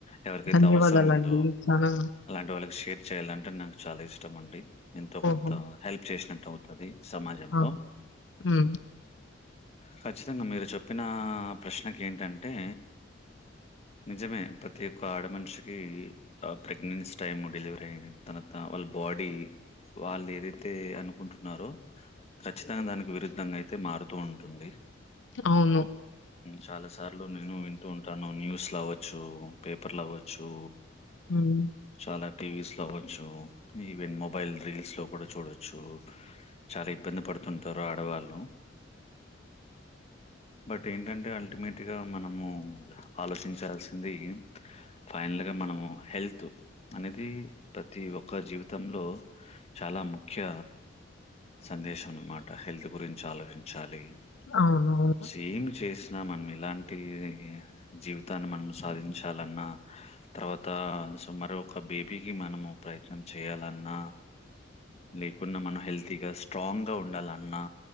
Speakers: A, on the left; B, on the left.
A: ఎవరికై అయితే
B: ధన్యవాదాలండి.
A: అవసరం ఉందో
B: చాలా
A: అలాంటి వాళ్ళకి షేర్ చేయాలంటే నాకు చాలా ఇష్టం అండి ఎంతో మంద్
B: ఓహో!
A: తో హెల్ప్ చేసినట్టు అవుత అది సమాజంలో
B: ఆ! హ్మ్.
A: ఖచ్చితంగా మీరు చెప్పిన ప్రశ్నకు ఏంట అంటే నిజమే ప్రతి ఒక్క ఆడ మనిషికి ప్రెగ్నెన్సీ టైమ్ డెలివరీ అయిన తనవాత వాళ్ళ బాడీ వాళ్ళు ఏదై అర్తే అనుకుంటు ఉన్నారో ఖచ్చితంగా దానికి విరుద్ధంగా అయితే మారుతూ ఉంటుంది
B: అవును
A: చాలా సార్లు నేను వింటూ ఉంటాను న్యూస్లు అవ్వచ్చు పేపర్లు అవ్వ అచ్చు
B: హ్మ్.
A: చాలా టీవీస్ లో అవచ్చు ఈవెన్ మొబైల్ రీల్స్ లో కూడా చూడొచ్చు చాలా ఇబ్బంది పడు పడుతుంటారు ఆడవాళ్ళు బట్ ఏంట అంటే అల్టిమేట్ గా మనము ఆలోచించ చలసింది ఫైనల్గా మనము హెల్త్ అనేది ప్రతి ఒక్క జివ్ వితంలో చాలా ముఖ్య సందేశం అన్నమాట హెల్త్ గురించి ఆలోచించాలి
B: అవును అవును
A: సేమ్ చేసినా మనం ఇలాంటి ఈ జీవితాన్ని మనం సాధించాలఅన్నా తర్వాత సో మర ఒక బేబీకి మనము ప్రయత్నం చేయాల అన్నా లేకు ఉన్నా మనం హెల్త్ గా స్ట్రాంగ్ గా ఉండాల అన్నా